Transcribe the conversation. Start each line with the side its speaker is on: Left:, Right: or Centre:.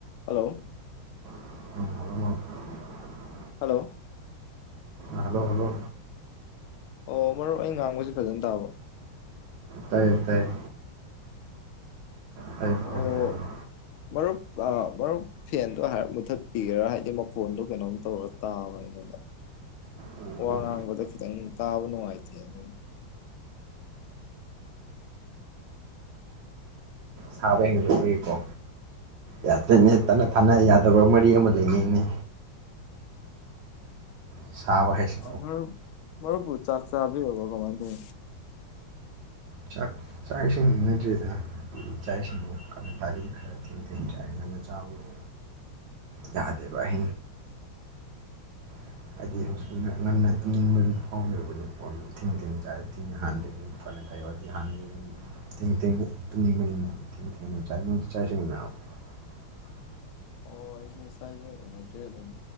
Left: Hello.
Right: ꯎꯣ
Left: hello.
Right: Hello hello.
Left: ꯑꯣ ꯃꯔꯨꯞ ꯑꯩ ꯉꯥꯡꯕꯕꯁꯤꯦ ꯐꯖꯅ ꯇꯥꯕ꯭ꯔꫭ꯫
Right: ꯇꯥꯏꯌꯦ ꯇꯥꯏꯌꯦ꯫ ꯇꯥꯏ ꯇꯥꯏꯌꯦ
Left: ꯑꯣ ꯃꯔꯨꯞ ꯑꯥ ꯃꯔꯨꯞ ꯐꯦꯟꯗꯣ ꯍꯥꯏꯔꯞ ꯃꯨꯊꯠꯄꯤꯒꯦꯔꯥ ꯍꯥꯏꯕꯗꯤ ꯃꯈꯣꯟꯗꯣ ꯀꯩꯅꯣꯝ ꯇꯧꯔ ꯇꯥꯕ ꯑꯩꯉꯣꯟꯗ
Right: ꯑꯣ
Left: ꯋꯥ ꯉꯥꯡꯕꯗ ꯈꯤꯇꯪ ꯇꯥꯕ ꯅꯨꯡꯉꯥꯏꯇꯦ ꯑꯗꯨ꯫
Right: ꯁꯥꯕ ꯍꯦꯟꯒꯠꯂꯛꯀꯣ ꯌꯥꯗ꯭ꯔꯦꯅꯦ ꯇꯠꯅ ꯊꯥꯅ ꯌꯥꯗꯕ ꯃꯔꯤ ꯑꯃ ꯂꯩꯅꯤꯡꯅꯦ꯫ ꯁꯥꯕ ꯍꯥꯏꯁꯦ
Left: ꯑ ꯃꯔꯨꯞ ꯃꯔꯨꯞꯄꯨ ꯆꯥꯛ ꯆꯐꯕꯤꯔꯕ ꯀꯃꯥꯏ ꯇꯧ꯫
Right: ꯆꯥꯛ ꯆꯥꯛ ꯏꯁꯤꯡ <unintelligible> ꯆꯥꯛ ꯏꯁꯤꯡ <unintelligible> ꯈꯔ ꯊꯦꯡ-ꯊꯦꯡ ꯆꯥꯏ ꯉꯟꯅ ꯆꯥꯕꯗꯨ ꯌꯥꯗꯦ ꯕꯥꯏ꯫ <inaudible>
Left: ꯑꯣ ꯑꯩꯁꯨ ꯆꯥꯛꯏꯁꯨ ꯎꯅꯗ꯭ꯔꯦ ꯑꯗꯨꯝ